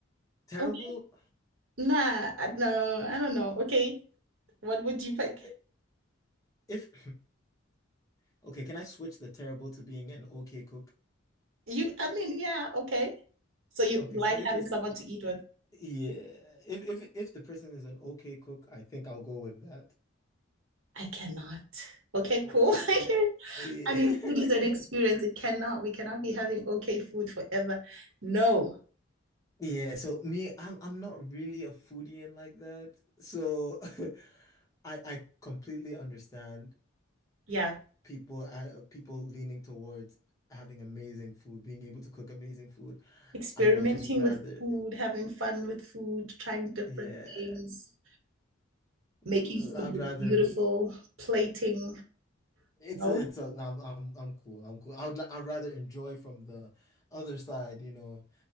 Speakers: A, on the left; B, on the right.
A: terrible.
B: Okay. Nah, I- no, I don't know. Okay, what would you pick?
A: I- If <clears throat> okay, can I switch the terrible to being an okay cook?
B: You, I mean, yeah, okay. So you
A: Okay,
B: like
A: so if
B: having
A: it's
B: someone to eat with?
A: yeah, if if if the person is an okay cook, I think I'll go with that.
B: I cannot. Okay,
A: Yeah.
B: cool. <laughs>
A: Yeah.
B: I mean,
A: <laughs>
B: food is an experience. It cannot, we cannot be having okay food forever. No.
A: Yeah, so me, I'm I'm not really a foodie and like that. So <laughs> I I completely understand
B: Yeah.
A: people uh, people leaning towards having amazing food, being able to cook amazing food.
B: Experimenting
A: I would just rather,
B: with food, having fun with food, trying different
A: yeah,
B: things, making
A: Ooh,
B: food
A: I'd
B: look
A: rather.
B: beautiful, plating.
A: It's
B: No,
A: a, it's a, I'm, I'm, I'm cool. I'm cool. I would, li- I'd rather enjoy from the other side, you know,